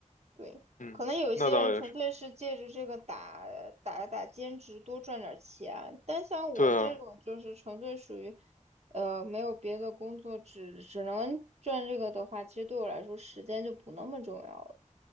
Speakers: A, on the right; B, on the left.
A: 对，
B: 嗯，
A: 可能有一些人纯粹是借着这个打打打兼职多赚点钱，
B: 那倒也是。
A: 但像我这种就是纯粹属于，
B: 对啊，
A: 呃，没有别的工作，只只能赚这个的话，其实对我来说时间就不那么重要了。